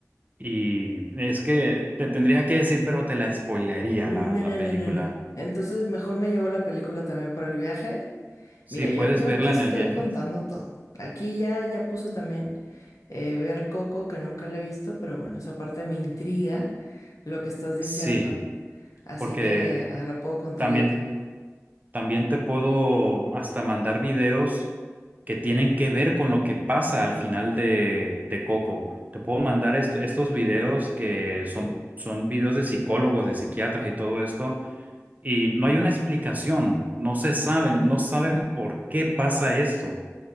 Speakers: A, on the right; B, on the left.
A: y es que te tendría que decir, pero te la spoilearía
B: No,
A: la, la
B: no,
A: película.
B: no, no, no. Entonces, mejor me llevo la película también para el viaje.
A: Sí,
B: Mira,
A: puedes
B: yo, yo
A: verla
B: aquí estoy
A: en el viaje.
B: contando todo. Aquí ya, ya puse también eh, ver Coco, que nunca la he visto, pero bueno, esa parte me intriga lo que estás diciendo.
A: Sí,
B: Así
A: porque
B: que ah, la puedo contar
A: también,
B: ahí también.
A: también te puedo hasta mandar videos que tienen que ver con lo que pasa al final de, de Coco. Te puedo mandar est- estos videos que son, son videos de psicólogos, de psiquiatras y todo esto, y no hay una explicación, no se saben, no saben por qué pasa esto,